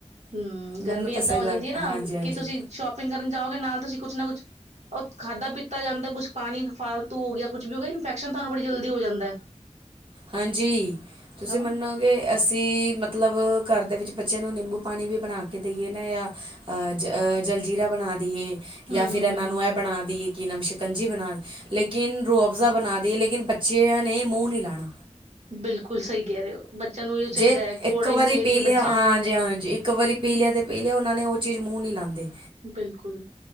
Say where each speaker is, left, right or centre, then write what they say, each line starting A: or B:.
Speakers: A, on the right; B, on the right.
A: ਹੂੰ
B: ਮੈਨੂੰ
A: ਗਰਮੀ
B: ਤਾਂ
A: ਏਦਾਂ
B: ਸਹੀ
A: ਹੋ
B: ਲੱਗ
A: ਜਾਂਦੀ ਹੈ ਨਾ
B: ਹਾਂਜੀ ਹਾਂਜੀ
A: ਕਿ ਤੁਸੀਂ ਸ਼ੋਪਿੰਗ ਕਰਨ ਜਾਓਗੇ ਨਾਲ ਤੁਸੀਂ ਕੁਛ ਨਾ ਕੁਛ, ਉਹ ਖਾਧਾ ਪੀਤਾ ਜਾਂਦਾ ਕੁਛ ਪਾਣੀ ਫਾਲਤੂ ਹੋ ਗਿਆ ਕੁਛ ਵੀ ਹੋ ਗਿਆ ਇਨਫੈਕਸ਼ਨ ਸਾਨੂੰ ਬੜੀ ਜਲਦੀ ਹੋ ਜਾਂਦਾ।
B: ਹਾਂਜੀ ਤੁਸੀਂ
A: ਹਨਾ
B: ਮੰਨੋ ਕਿ ਅਸੀਂ ਮਲ ਮਤਲਬ ਘਰ ਦੇ ਵਿੱਚ ਬੱਚਿਆਂ ਨੂੰ ਨਿੰਬੂ ਪਾਣੀ ਵੀ ਬਣਾ ਕੇ ਦੇਈਏ ਨਾ ਜਾਂ ਜ ਜਲਜੀਰਾ ਬਣਾ ਦੇਈਏ
A: ਹੂੰ
B: ਯ ਫਿਰ
A: ਹੂੰ
B: ਇਹਨਾਂ
A: ਹੂੰ ਹੂੰ
B: ਨੂੰ ਇਹ ਬਣਾ ਦੀ ਕੀ ਨਮਸ਼ਕੰਜੀ ਬਣਾ ਲੇਕਿਨ ਰੋ ਅਫ਼ਜ਼ਾ ਬਣਾ ਦੀ ਲੇਕਿਨ ਬੱਚਿਆਂ ਨੇ ਮੂੰਹ ਨਹੀਂ ਲਾਣਾ
A: ਬਿਲਕੁਲ ਸਹੀ ਕਹਿ ਰਹੇ ਹੋ ਬੱਚਿਆਂ ਨੂੰ ਇਹੀਓ ਚਾਹੀਦਾ
B: ਜੇ
A: ਹੈ ਕੋਲਡ
B: ਇੱਕ
A: ਡਰਿੰਕ
B: ਵਾਰੀ
A: ਚਾਹੀਦੀ
B: ਪੀ
A: ਹੈ
B: ਲਿਆ
A: ਬੱਚਿਆਂ
B: ਹਾਂਜੀ-
A: ਨੂੰ
B: ਹਾਂਜੀ ਇੱਕ ਵਾਰੀ ਪੀ ਲਿਆ ਤੇ ਪੀ ਲਿਆ ਉਹਨਾਂ ਨੇ ਚੀਜ਼ ਮੂੰਹ ਨਹੀਂ ਲਾਉਂਦੇ
A: ਬਿਲਕੁਲ।